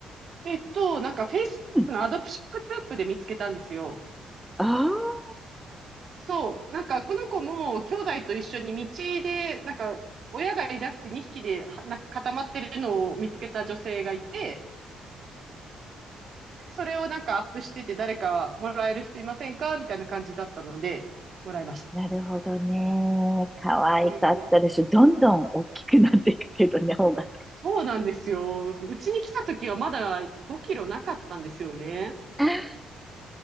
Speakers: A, on the right; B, in the centre.
A: えっと、なんか Facebook
B: うん。
A: のアドプショングループで見つけたんですよ。
B: ああ、
A: そう、なんかこの子も兄弟と一緒に道で、なんか親がいなくて2匹ではなんか固まってるのを見つけた女性がいて、でそれをなんかアップしてて誰かもらえる人いませんかみたいな感じだったので、もらいました。
B: なるほどね。可愛かったでしょ。
A: うん
B: どんどん大きくなっていくけどね、方が。
A: そうなんですよ。うちに来た時はまだ5キロなかったんですよね。
B: あ